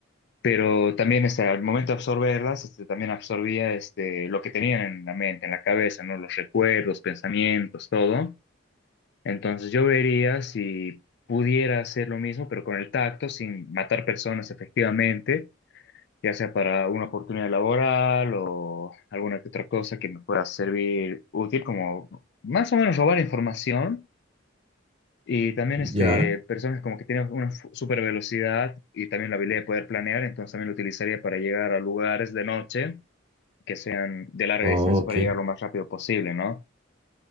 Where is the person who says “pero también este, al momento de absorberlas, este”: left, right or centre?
Left